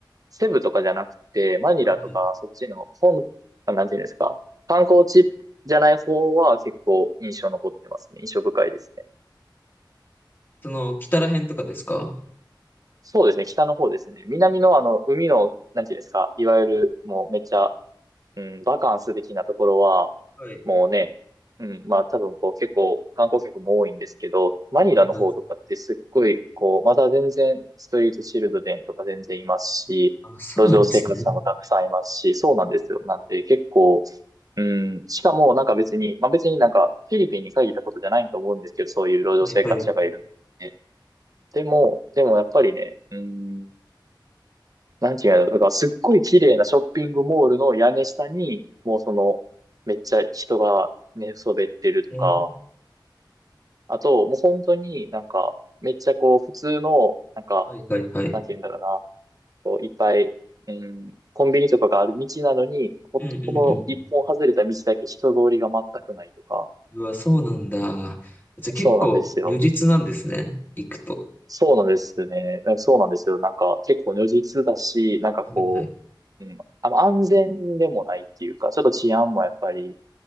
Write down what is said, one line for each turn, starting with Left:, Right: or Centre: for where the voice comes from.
Right: セブとかじゃなくて、マニラとか、
Left: はいはい。
Right: そっちの本、あなんていうんですか、観光地じゃない方は結構印象残ってますね。印象深いですね。
Left: その、北ら辺とかですか
Right: そうですね、北の方ですね。南のあの、海の、なんていうんですか、いわゆる、もうめっちゃ、うん、バカンス的なところは、
Left: はい。
Right: もうね、うん、まあ多分こう結構観光客も多いんですけど、マニラの方とかってすっごい、
Left: はいはい。
Right: こう、まだ全然ストリートチルドレンとか全然いますし、
Left: あ、そうなんですね。
Right: 路上生活者もたくさんいますし、そうなんですよ。なんで結構、うん、しかもなんか別に、まあ別になんかフィリピンに限ったことじゃないと思うんですけど、そういう路上生活者がいるので。
Left: はいはい。
Right: でも、でもやっぱりね、うん、なんていうの、だからすっごい綺麗なショッピングモールの屋根下に、もうその、めっちゃ人が寝そべってるとか、
Left: えー
Right: あと、もう本当になんか、めっちゃこう、普通の、なんか、
Left: はいはいはい。
Right: なんていうんだろうな、こう、いっぱい、うん、コンビニとかがある道なのに、こ、
Left: うんうんうん。
Right: この一本外れた道だけ人通りが全くないとか、
Left: うわ、そうなんだ。じゃあ結構如実なんですね。
Right: そうなんですよ。
Left: 行くと。
Right: そうなんですね。なんかそうなんですよ。なんか、結構如実だし、なんかこ
Left: はいはい。
Right: う、うん、あの安全でもないっていうか、ちょっと治安もやっぱり、